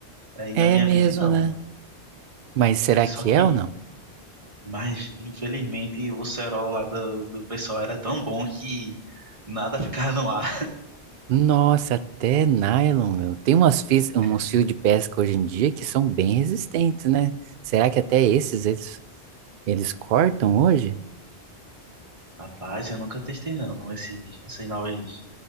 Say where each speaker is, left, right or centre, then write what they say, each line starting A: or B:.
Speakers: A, on the right; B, on the right.
A: Aí
B: É
A: na minha
B: mesmo,
A: mente, não.
B: né? Mas será que
A: Só que,
B: é ou não?
A: mas infelizmente o cerol lá do, do pessoal era tão bom que nada <laughs> ficava no ar.
B: Nossa, até nylon, meu. Tem umas fios,
A: <laughs>
B: uns fios de pesca hoje em dia que são bem resistentes, né? Será que até esses eles, eles cortam hoje?
A: Rapaz, eu nunca testei não, esses, essas novas